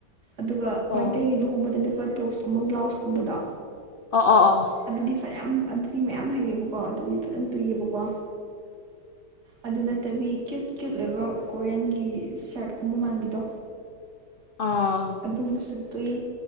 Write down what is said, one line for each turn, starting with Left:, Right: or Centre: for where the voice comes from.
Right: ꯑꯗꯨꯒ
Left: ꯑꯣ
Right: ꯃꯥꯏꯇꯩꯒꯤ ꯂꯨꯍꯣꯡꯕꯗ ꯂꯄꯥ ꯇꯣꯞꯁꯀꯨꯝꯕ ꯕ꯭ꯂꯥꯎꯁꯀꯨꯝꯕꯗꯣ
Left: ꯑꯣ ꯑꯣ ꯑꯣ
Right: ꯑꯗꯨꯗꯤ ꯐꯅꯌꯥꯝ ꯑꯗꯨꯗꯤ ꯃꯌꯥꯝ ꯍꯩꯌꯦꯕꯀꯣ ꯑꯗꯨꯗꯤ ꯐꯖꯅ ꯇꯨꯏꯌꯦꯕꯀꯣ ꯑꯗꯨ ꯅꯠꯇꯕꯤ ꯀ꯭ꯌꯨꯠ ꯀ꯭ꯌꯨꯠ ꯑꯣꯏꯕ ꯀꯣꯔꯤꯌꯥꯟꯒꯤ ꯁꯥꯔꯠꯀꯨꯝꯕ ꯃꯥꯟꯕꯤꯗꯣ
Left: ꯑꯥ
Right: ꯑꯗꯨꯝꯕꯁꯨ ꯇꯨꯏ